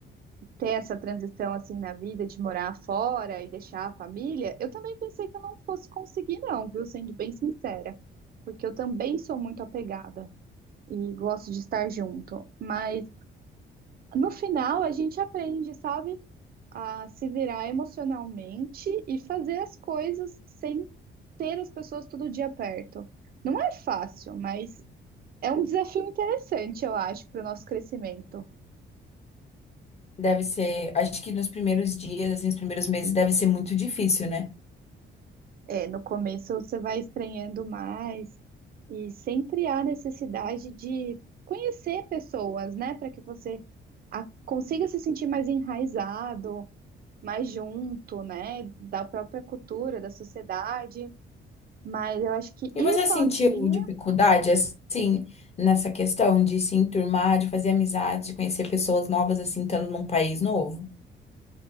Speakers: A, on the right (about 50°); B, on the left (about 30°).
A: ter essa transição assim na vida de morar fora e deixar a família? Eu também pensei que eu não fosse conseguir, não, viu? Sendo bem sincera, porque eu também sou muito apegada e gosto de estar junto, mas no final a gente aprende, sabe? a se virar emocionalmente e fazer as coisas sem ter as pessoas todo dia perto. Não é fácil, mas é um desafio interessante, eu acho, para o nosso crescimento.
B: Deve ser, acho que nos primeiros dias, assim, nos primeiros meses, deve ser muito difícil, né?
A: É, no começo você vai estranhando mais e sempre há necessidade de conhecer pessoas, né, para que você a- consiga se sentir mais enraizado, mais junto, né, da própria cultura, da sociedade. Mas eu acho que
B: E
A: ir
B: você
A: sozinho
B: sentiu dificuldade, assim, nessa questão de se enturmar, de fazer amizades, de conhecer pessoas novas, assim, estando num país novo?